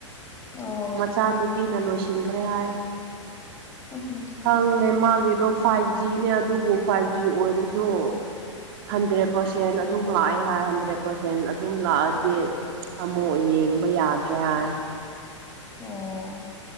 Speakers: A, on the left (about 15°); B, on the right (about 45°).
A: ꯑꯣ
B: ꯃꯆꯥꯅꯨꯄꯤꯅ ꯂꯣꯏꯁꯤꯟꯈ꯭ꯔꯦ ꯍꯥꯏ
A: ꯎꯝ
B: ꯈꯪꯗꯦ ꯃꯥ ꯗꯣ ꯐꯥꯏꯚ ꯖꯤꯅꯦ ꯑꯗꯨꯕꯨ ꯐꯥꯏꯚ ꯖꯤ ꯑꯣꯏꯔꯁꯨ ꯍꯟꯗ꯭ꯔꯦꯠ ꯄꯥꯔꯁꯦꯟ ꯑꯗꯨꯝ ꯂꯥꯛꯑꯦ ꯍꯥꯏ ꯍꯟꯗ꯭ꯔꯦꯠ ꯄꯥꯔꯁꯦꯟ ꯑꯗꯨꯝ ꯂꯥꯛꯑꯗꯤ ꯑꯃꯨꯛ ꯌꯦꯡꯕ ꯌꯥꯗ꯭ꯔꯦ ꯍꯥꯏ
A: ꯑꯣ